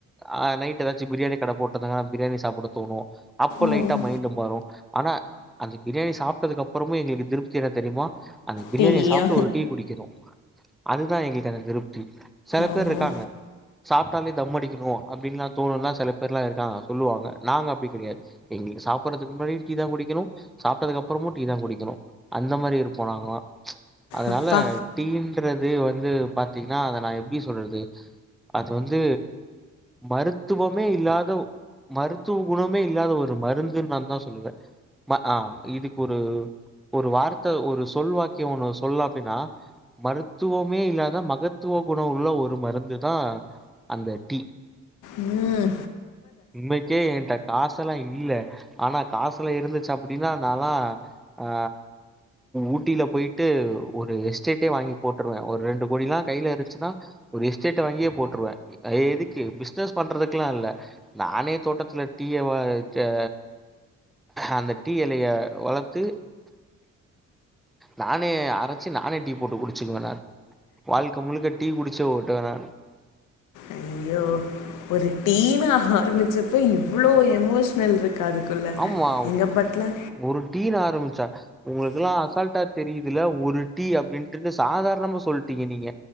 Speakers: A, in the centre; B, on the left.
A: ஆ நைட் எதாச்சு பிரியாணி கட போட்டிருந்தாங்கன்னா பிரியாணி சாப்பிட தோணு அப்ப
B: ம்
A: லைட்டா மைண்டு மாறு ஆனா அந்த பிரியாணி சாப்ட்டதுக்கு அப்புறமு எங்களுக்கு திருப்தி என்ன தெரியுமா அந்த பிரியாணிய
B: டீயா
A: சாப்ட்டு ஒரு டீ குடிக்கனு அதுதா எங்களுக்கான திருப்தி சில
B: ஆமா
A: பேர் இருக்காங்க சாப்ட்டாலே தம்மடிக்கணு அப்டின்னுலா தோணும்ன்னா சில பேர் எலா இருக்காங்க சொல்லுவாங்க நாங்க அப்டி கிடையாது எங்களுக்கு சாப்டடுறதுக்கு முன்னாடி டீ தா குடிக்கணு சாப்ட்டதுக்கு அப்புறமு டீ தா குடிக்கணு அந்த மாரி இருப்போ நாங்ளா அதனால
B: அப்பா
A: டீ இருக்கறது வந்து பாத்தீங்கன்னா அத நா எப்டி சொல்றது அது வந்து மருத்துவமே இல்லாத மருத்துவ குணமே இல்லாத ஒரு மருந்துன்னு நா தா சொல்லுவே ஆ இதுக்கு ஒரு ஒரு வார்த்த ஒரு சொல்வாக்கியோ ஒன்னு சொல்லா அப்டின்னா மருத்துவமே இல்லாத மகத்துவ குண உள்ள ஒரு மருந்து தா அந்த டீ
B: அஹ்
A: இன்னைக்கே ஏன்ட்ட காசல்லா இல்ல ஆனா காசு இருந்துச்சு அப்டின்னா நாலா ஆ ஊட்டியில போய்ட்டு ஒரு எஸ்டேட் வாங்கி போட்டுருவே ஒரு ரெண்டு கோடில்லா கைல இருந்ச்சுன்னா ஒரு எஸ்டேட்ட வங்கியே போட்டுருவே எதுக்கு பிசினஸ் பண்றதுக்கெல்லா இல்ல நானே தோட்டத்துல டீய வ க அந்த டீ எலய வளத்து நானே அரச்சு நானே டீ போட்டு குடிச்சிடுவே நா வாழ்க்க முழுக்க டீ குடிச்ச ஓட்டுவே நா
B: ஐயோ ஒரு டீனு ஆரம்பிச்சப்ப இவ்ளோ எமோஷனல் இருக் காதுக்குள்ள
A: ஆமா
B: எங்க பட்ல
A: ஒரு டீ ன ஆரம்பிச்சா உங்களுக்கெல்லா அசால்டா தெரியுதுல ஒரு டீ அப்டின்ட்டுனு சாதாரணமா சொல்ட் டீங்க நீங்க